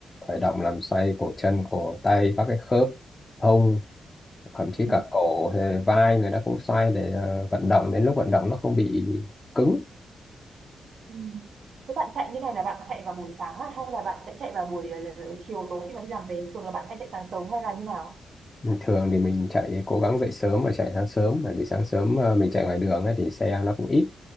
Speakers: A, on the left; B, on the right.
A: khởi động làm xoay cổ chân cổ tay các cái khớp hông thậm chí
B: Ừ.
A: cả cổ hay vai người ta cũng xoay để à, vận động đến lúc vận động nó không bị cứng
B: ừ. thế bạn chạy như này là bạn chạy vào buổi sáng à? hay là bạn sẽ chạy vào buổi ờ, chiều tối khi mà đi làm về thường là bạn hay chạy sáng sớm hay là như nào
A: thường thì mình chạy cố gắng dậy sớm và chạy sáng sớm bởi vì sáng sớm à, mình chạy ngoài đường ấy, thì xe nó cũng ít